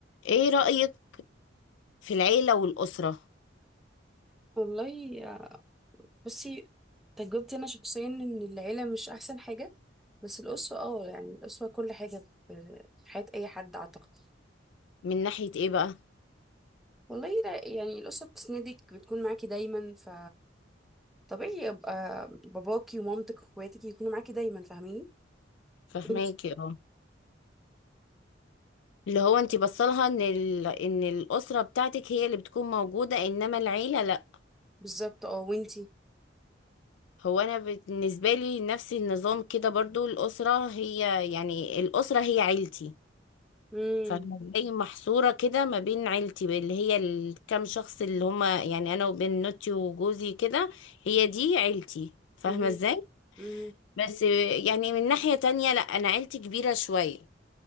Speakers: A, on the left; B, in the centre.
A: ايه رأيك في العيلة والأسرة
B: والله آه، بصي تجربتي انا شخصيا ان العيله مش احسن حاجه بس الاسره اه يعني الاسره كل حاجه في في حياه اي حد اعتقد
A: من ناحية ايه بقى
B: والله لا يعني الاسره بتسندك بتكون معاكي دايما ف طبيعي يبقى باباكي ومامتك واخواتك يكونوا معاكي دايما فاهميني
A: فهماكي
B: وانتي
A: اه اللي هو انتي بصلها ان ال... ان الأسرة بتاعتك هي اللي بتكون موجودة انما العيلة لا
B: بالظبط اه وانتي
A: هو انا بالنسبة لي نفس النظام كده برضو الأسرة هي يعني الأسرة هي عيلتي
B: امم
A: فاهمة زي محصورة كده ما بين عيلتي اللي هي الكام شخص اللي هما يعني انا وبنوتي وجوزي كده هي دي عيلتي فاهمة
B: امم
A: ازاي
B: امم
A: بس يعني من ناحية تانية لا انا عيلتي كبيرة شوية